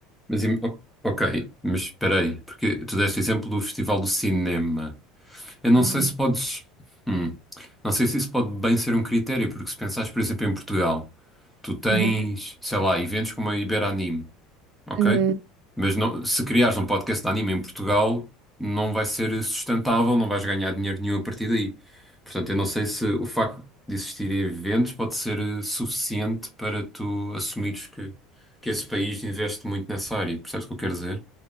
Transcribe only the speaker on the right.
Uhum.
Uhum.
Hum,